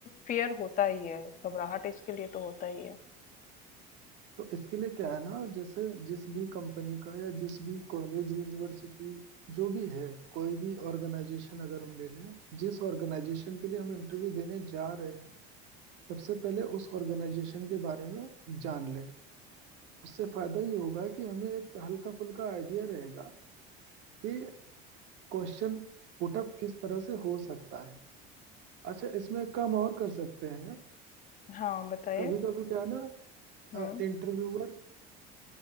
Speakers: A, on the left; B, on the right.
A: फियर होता ही है घबराहट इसके लिए तो होता ही है
B: तो इसके लिए क्या है ना जैसे जिस भी कंपनी का या जिस भी कॉलेज यूनिवर्सिटी जो भी है कोई भी ऑर्गेनाइजेशन अगर हम ले लें जिस ऑर्गेनाइजेशन के लिए हम इंटरव्यू देने जा रहे हैं सबसे पहले उस ऑर्गेनाइजेशन के बारे में जान लें उससे फायदा ये होगा कि हमें एक हल्का फुल्का आइडिया रहेगा कि क्वेश्चन पुटअप किस तरह से हो सकता है अच्छा इसमें एक काम और कर सकते हैं
A: हाँ बताइए
B: कभी कभी क्या है ना
A: हम्म
B: इंटरव्यूअर